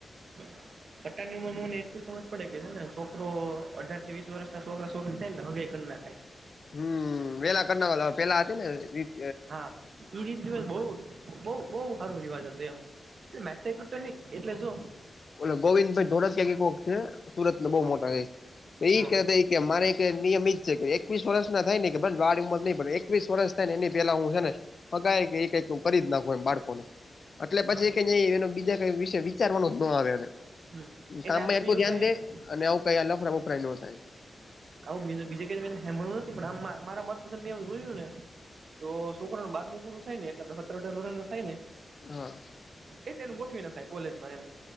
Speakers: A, on the right; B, on the left.
A: હું. <inaudible> અટાની ઉંમરમાં મને એટલુ ખબર પડે કે છે, ને છોકરો અઢારથી વીસ વર્ષના છોકરા છોકરી થઈને હવે કર નખાય.
B: હમ વેલા કરના વલા પેલા હતી ને રીત.
A: હા એ રીત રિવાજ બહુ બહુ બહુ હારો રિવાજ હતો એમ. માથા કુટો નહી એટલે જો.
B: ઓલો ગોવિંદ ભાઈ ધોળકિયા થી કોક છે સુરત ના બહુ
A: હા
B: મોટા છે. તે
A: હા
B: ઈ કેતા કે મારે એક નિયમ ઇજ છે કે એકવીસ વર્ષ ના થાય ને કે ભલે વાડી ઉંમર નહી પડ એક એકવીસ વર્ષ થાય ને એની પેલા હું છે ને ફગાય કે કઈકું કરી જ નાખું એમ બાળકો ને એટલે પછી
A: હા
B: એને એનો બીજા કઈ વિષય વિચારવા જ નુ નો આવે એને.
A: હમ એટલે
B: કામમાં
A: આ તો
B: એટલું
A: મેં એવું
B: ધ્યાન
A: કઈ
B: દે અને આવું કઈ લફડાં બફડાં નો થાય.
A: આવું બીજે બીજે કે હાભળ્યું નથી પણ આ મારા મત મે જોયું ને. તો છોકરા નું બારમું પૂરું થાય ને એટલે પછી સત્ર અઢાર વર્ષ થાય ને
B: હા
A: એટલે એનું ગોઠવી નાખાય કોલેજમાં એમ.